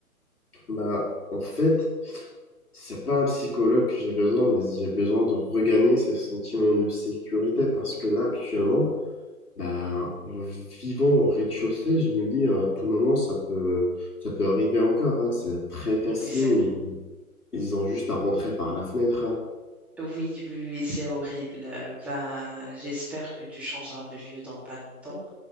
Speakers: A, on the left; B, in the centre.
A: Bah, en fait, c'est pas un psychologue que j'ai besoin, mais j'ai besoin de regagner ce sentiment de sécurité parce que là, actuellement, Ben, vivant au rez-de-chaussée, je me dis à tout moment ça peut ça peut arriver encore, hein. C'est très facile.
B: Oui, c'est vrai.
A: Ils, ils ont juste à rentrer par la fenêtre. hein.
B: Oui, oui, oui, c'est horrible. Euh, Ben, j'espère que tu changeras de lieu dans pas longtemps.